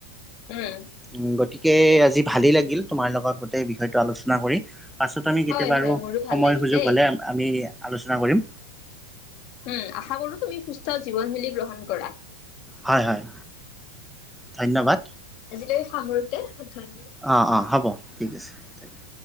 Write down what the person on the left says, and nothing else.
উম
হয়
হয় মোৰো ভাল
লাগিল
দেই
উম' আশা কৰো, তুমি সুস্থ জীৱনশৈলী গ্ৰহণ কৰা।
আজিলৈ সামৰোতে, ধন্যবাদ